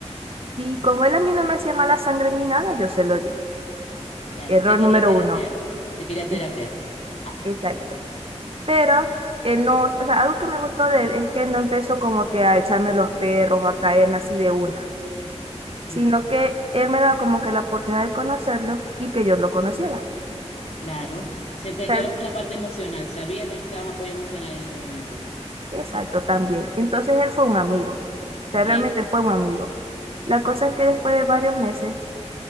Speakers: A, on the right; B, on the left.
A: Y como él a mí no me hacía mala sangre ni nada, yo se lo di.
B: Claro,
A: Error
B: te quería
A: número
B: terapiar.
A: uno.
B: Te quería terapiar.
A: Es,
B: Ah,
A: exacto. Pero él no, o sea, algo que me gustó de él es que él no empezó como que a echarme los perros, a caerme así de una,
B: mm,
A: sino que él me da como que la oportunidad de conocerlo y que yo lo conociera.
B: claro. Se
A: O
B: metió
A: sea, él-
B: con la parte emocional. Sabía que necesitabas apoyo emocional en ese momento.
A: exacto, también. Entonces él fue un amigo. O sea,
B: ¿Ok?
A: realmente fue un amigo. La cosa es que después de varios meses,